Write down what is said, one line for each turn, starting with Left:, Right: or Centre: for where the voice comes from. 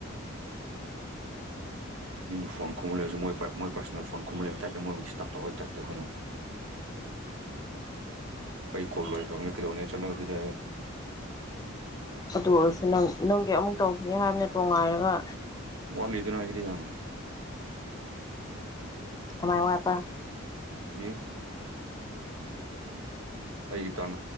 Right: ꯃꯤꯅ ꯐꯣꯟ ꯈꯨꯝꯃ ꯂꯩꯔꯁꯨ ꯃꯣꯏ ꯄꯔ ꯃꯣꯏ ꯄꯔꯁꯅꯦꯜ ꯐꯣꯟ ꯈꯨꯝꯔ ꯂꯩꯕ ꯇꯥꯏꯞꯇ ꯃꯣꯏꯕꯨ ꯗꯤꯁꯇꯔꯞ ꯇꯧꯕꯒꯤ ꯇꯥꯏꯞꯇ ꯑꯩꯈꯣꯏꯅ <inaudible> ꯑꯩ ꯀꯣꯜ ꯂꯣꯏꯈꯔ꯭ꯕꯅꯤ ꯀꯩꯗꯧꯅꯤ ꯑꯩ ꯆꯇꯂꯥ ꯑꯗꯨꯗꯤ
Left: ꯑꯗꯨ ꯑꯣꯏꯔꯁꯨ ꯅꯪ ꯅꯪꯒꯤ ꯑꯃꯨꯛ ꯇꯧꯈꯤꯅꯤ ꯍꯥꯏꯕ ꯅꯠꯔꯣ ꯉꯥꯏꯔꯒ
Right: ꯋꯥꯠꯂꯤꯗ ꯑꯩꯒꯤꯗꯤ ꯌꯥꯝ <inaudible>
Left: ꯀꯥꯃꯥꯏ ꯋꯥꯠꯄꯥ
Right: ꯑꯦ ꯑꯩꯒꯤ ꯇꯟ